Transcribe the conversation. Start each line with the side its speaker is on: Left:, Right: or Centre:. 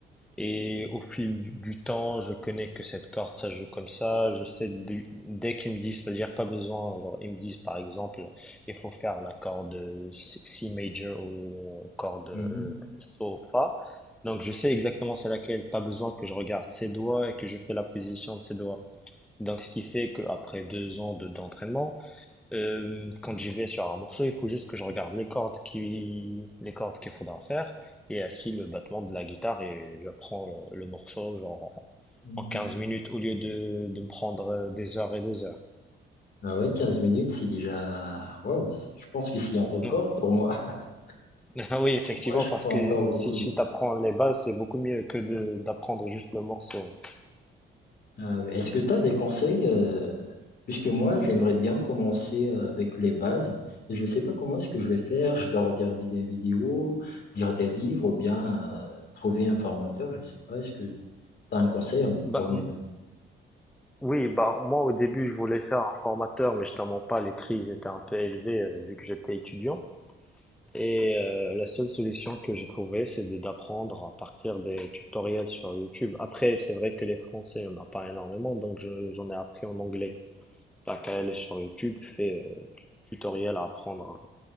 Centre: Et au fil du, du temps, je connais que cette corde, ça joue comme ça. Je sais, du- dès qu'ils me disent, c'est-à-dire pas besoin, genre ils me disent par exemple, il faut faire la corde euh, C C major ou corde euh,
Left: Mhm.
Centre: So, Fa. Donc je sais exactement c'est laquelle, pas besoin que je regarde ses doigts et que je fais la position de ses doigts. Donc ce qui fait qu'après deux ans de- d'entraînement, euh, quand j'y vais sur un morceau, il faut juste que je regarde les cordes qui, les cordes qu'il faudra faire et ainsi le battement de la guitare et je prends le, le morceau genre en
Left: Mhm.
Centre: en 15 minutes au lieu de, de me prendre euh, des heures et des heures.
Left: Ah ouais, 15 minutes, c'est déjà... Waouh, je pense que c'est un record
Centre: Non.
Left: pour moi. <laughs>
Centre: <laughs> Ah oui, effectivement,
Left: Moi, je
Centre: parce
Left: prends
Centre: que
Left: encore beaucoup.
Centre: si tu apprends les bases, c'est beaucoup mieux que de d'apprendre juste le morceau.
Left: Ah oui. Est-ce que tu as des conseils? euh, puisque moi, j'aimerais bien commencer euh, avec les bases. Et je ne sais pas comment est-ce que je vais faire. Je dois regarder des vidéos, lire des livres ou bien euh, trouver un formateur. Je ne sais pas. Est-ce que tu as un conseil à m-
Centre: Bah,
Left: pour me
Centre: m-
Left: donner? <laughs>
Centre: oui, bah moi au début je voulais faire un formateur, mais je t'en mens pas, les prix ils étaient un peu élevés euh, vu que j'étais étudiant. Et euh, la seule solution que j'ai trouvée, c'est de d'apprendre à partir des tutoriels sur YouTube. Après, c'est vrai que les Français, on n'a pas énormément, donc je- j'en ai appris en anglais. T'as qu'à aller sur YouTube, tu fais euh, tu- tutoriel à apprendre